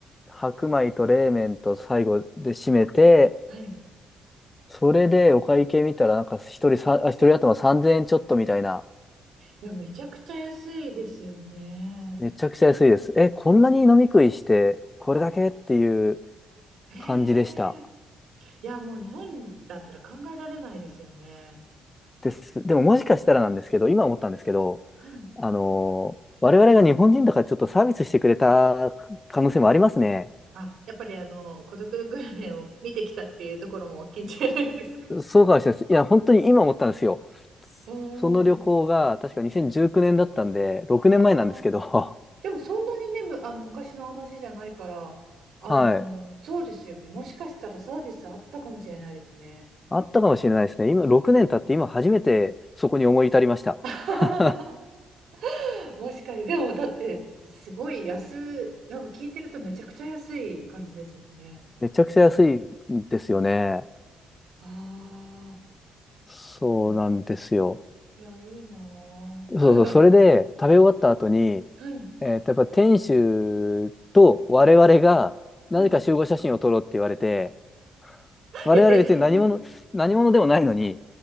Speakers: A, on the left; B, on the right.
A: 白米と冷麺と最後で締めて、
B: <laughs> はい。
A: それでお会計見たら、なんか、一人さ、あ一人頭3000円ちょっとみたいな。
B: いや、めちゃくちゃ安いですよね。
A: めちゃくちゃ安いです。え、こんなに飲み食いして、これだけっていう
B: ええ
A: 感じでした。
B: いや、もう日本だったら考えられないですよね。
A: です。でももしかしたらなんですけど、今思ったんですけど、
B: うん。
A: あのー我々が日本人だからちょっとサービスしてくれた可能性もありますね。
B: あ、やっぱりあの、孤独グルメを見てきたっていうところも大きいんじゃないですか。
A: そうかもしれないです。いや、本当に今思ったんですよ。
B: おー
A: その旅行が確か2019年だったんで、6年前なんですけど、
B: あ
A: <laughs>
B: ー、でもそんなにね、むあの昔の話じゃないから、あのーそうですよね。
A: はい。
B: もしかしたらサービスあったかもしれないですね。
A: あったかもしれないですね。今、6年経って今初めてそこに思い至りました。
B: <laughs>
A: <laughs>
B: もしかして、でもだって、すごい安、なんか聞いてるとめちゃくちゃ安い感じですもんね。
A: めちゃくちゃ安いんですよね。
B: ああ、
A: そうなんですよ。
B: いや、いや、いいなぁ。
A: そうそう、
B: <laughs>
A: それで食べ終わった後に、
B: はい、
A: えーと、やっぱ店主と我々が、なぜか集合写真を撮ろうって言われて、
B: はい。
A: 我々別に何者、
B: いや、ぜ、<laughs>
A: 何者でもないのに、